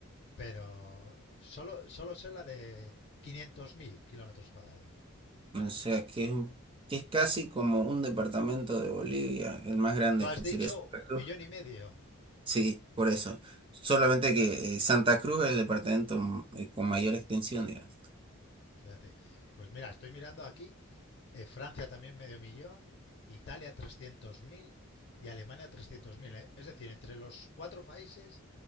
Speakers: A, on the left; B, on the right.
A: pero solo, solo sé la de 500.000 kilómetros cuadrados.
B: O sea, que es, un- que es casi como un departamento de Bolivia, el más grande
A: Tú has
B: que
A: dicho
B: sería Santa
A: millón
B: Cruz.
A: y medio.
B: Sí, por eso. Solamente que eh, Santa Cruz es el departamento mm, eh, con mayor extensión, digamos.
A: Fíjate, pues mira, estoy mirando aquí Eh, Francia también medio millón, Italia 300.000 y Alemania 300.000. ¿eh? Es decir, entre los cuatro países,